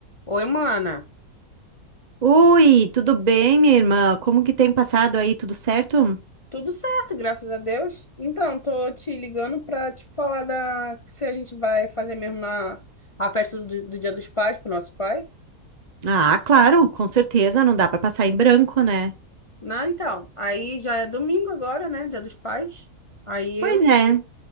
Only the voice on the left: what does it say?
Oi, mana.
Tudo certo, graças a Deus. Então, tô te ligando pra tipo falar da se a gente vai fazer mesmo na a festa do, do Dia dos Pais pro nosso pai.
Não, então, aí já é domingo agora, né? Dia dos Pais. Aí eu,